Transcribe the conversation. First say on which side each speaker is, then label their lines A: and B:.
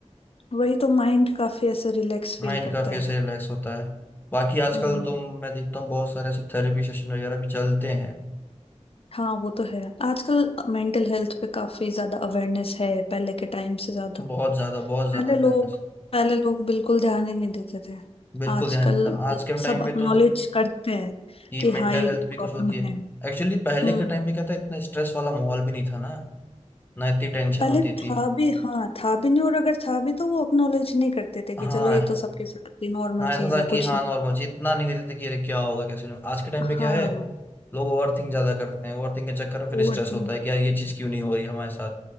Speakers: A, on the left; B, on the left.
A: वही तो माइंड काफी ऐसे रिलैक्स
B: माइंड
A: फील करता
B: काफी
A: है
B: ऐसे रिलैक्स होता है बाकी
A: हम्म
B: आजकल तो मैं देखता हूँ बहुत सारे ऐसे थेरेपी सेशन वगैरह भी चलते हैं
A: हाँ वो तो है आजकल मेंटल हेल्थ पे काफी ज्यादा अवेयरनेस है पहले के टाइम से ज्यादा
B: बहुत ज्यादा बहुत ज्यादा
A: पहले
B: अवेयरनेस
A: लोग पहले लोग बिल्कुल ध्यान ही नहीं देते थे
B: बिल्कुल
A: आजकल
B: ध्यान देता था आज के टाइम
A: सब
B: पे
A: अक्नॉलेज
B: तो
A: करते हैं
B: ये
A: कि
B: मेंटल
A: हाँ ये
B: हेल्थ भी
A: प्रॉब्लम
B: कुछ होती है
A: है
B: एक्चुअली पहले
A: हम्म
B: के टाइम पे क्या था इतना स्ट्रेस वाला माहौल भी नहीं था ना ना इतनी टेंशन
A: पहले
B: होती
A: था
B: थी
A: भी हाँ था भी नहीं और अगर था भी तो वो अक्नॉलेज नहीं करते थे कि
B: हाँ
A: चलो ये तो सबके साथ ही नॉर्मल
B: हाँ
A: चीज
B: ऐसा था
A: है
B: कि
A: कुछ
B: हाँ
A: नहीं।
B: नॉर्मल चीज इतना नहीं लेते थे कि अरे क्या होगा कैसे नहीं होगा। आज के टाइम पे क्या
A: हाँ
B: है लोग ओवर थिंक ज्यादा करते हैं ओवर थिंक के चक्कर में फिर
A: Over
B: स्ट्रेस
A: think
B: होता है कि यार ये चीज क्यों नहीं हो रही हमारे साथ